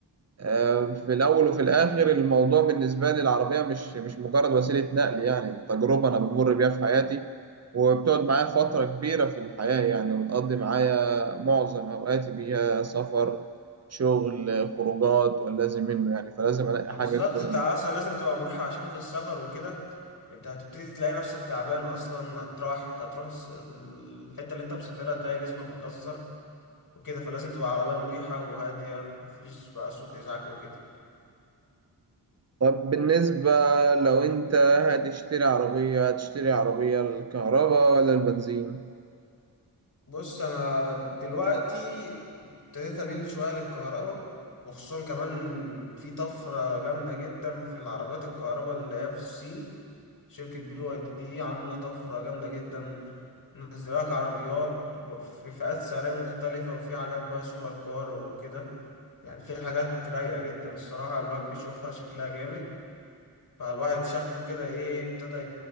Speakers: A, on the right; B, on the left.
A: آه، في الأول وفي الآخر الموضوع بالنسبة لي العربية مش مش مجرد وسيلة نقل يعني تجربة أنا بمر بيها في حياتي وبتقعد معايا فترة كبيرة في الحياة يعني وبتقضي معايا معظم أوقاتي بيها سفر شغل خروجات واللازم منه يعني فلازم ألاقي
B: ما
A: حاجة
B: بالظبط
A: تكون
B: انت اصلا لازم تبقى مريحة عشان في السفر وكده انت هتبتدي تلاقي نفسك تعبان اصلا هتروح هتروح الس- الحتة اللي انت مسافرها هتلاقي جسمك مكسر وكده فلازم تبقى عربية مريحة وهادية مفيش بقى صوت ازعاج وكده
A: طب بالنسبة لو أنت هتشتري عربية هتشتري عربية الكهرباء ولا البنزين؟
B: بص انا دلوقتي ابتديت اميل شويه للكهرباء وخصوصا كمان في طفره جامده جدا في العربيات الكهرباء اللي هي في الصين شركه بي واي دي عامله طفره جامده جدا منزلاك عربيات في فئات سعريه مختلفه وفي حاجات بقى سوبر كار وكده يعني في حاجات رايقه جدا الصراحه الواحد بيشوفها شكلها جامد فالواحد شكله كده ايه ابتدى